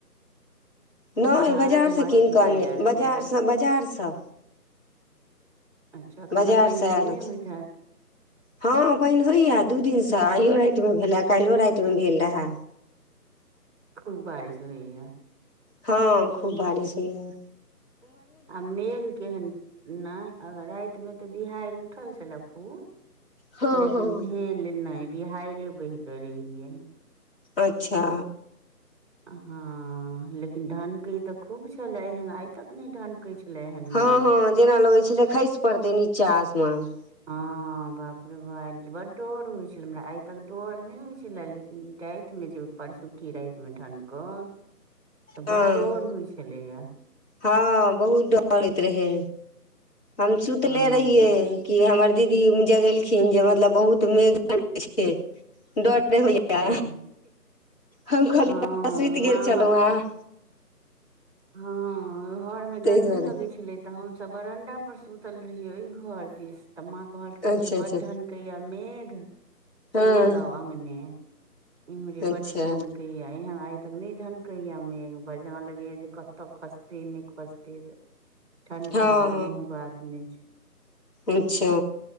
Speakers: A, on the left; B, on the right.
A: नहि
B: धारक
A: बाजारसँ
B: माछ
A: कीन
B: बिकााय
A: कऽ अनने
B: ल आयल
A: बाजारसँ
B: छलथि
A: बाजारसँ
B: अच्छा एखन
A: बाजारसँ
B: तऽ पानि
A: आयल
B: तानि नहि
A: अछि।
B: होइत हयत
A: हँ बहिन होइये दू दिनसँ आइयो राति मे भेले काल्हियो राति मे भेल रहए।
B: खूब बारिश होईए।
A: हँ खूब बारिश होइये।
B: आ मेघ केहन नहि अगर राति मे त बिहाड़ि उठल छले खूब।
A: हँ
B: लेकिन
A: हँ
B: भेल नहि बिहारे बहि क रहि गेल।
A: अच्छा।
B: हँ लेकिन ढनकै त खूब छलै एहन आइ तक नहि ढन कै छलै एहन
A: हँ
B: मेघ
A: हँ जेना लगै छलै खसि पड़तै नीचा आसमान।
B: हँ। हँ बाप रे बा बड डर होइ छलै, हमरा आइ तक डर नहि होइ छलै लेकिन ई रातिमे जे परसुकी राति मे ठनके त
A: हँ
B: बड डर होइ छलैये।
A: हँ बहुत डर होइत रहै, हम सुतले
B: हँ
A: रहियै कि हमर दीदी जगेलखिन जे मतलब बहुत मेघ छै नै होइये,
B: हँ
A: हम खाली
B: हँ
A: सुति
B: माँ
A: गेल छलहुँँ हें
B: हँ घर मे
A: ताहि
B: गर्मी
A: दुआरे
B: लगै छलै त हमसब बरंडा पर सुतल रहियै ओहि घर देिस त माँ कहलखिन
A: अच्छा
B: जे
A: अच्छा
B: बड़ ढन कहिआ मेघ चहि
A: हँ
B: आउ अगने इम्हरे
A: अच्छा
B: बड ढनके या एहन आ तक नै ढनकै या मेघ ब जेना लगै या जे कतऽ खसते नै खसते त ठनका
A: हँ
B: कुनू बात नै छै।
A: ई छै।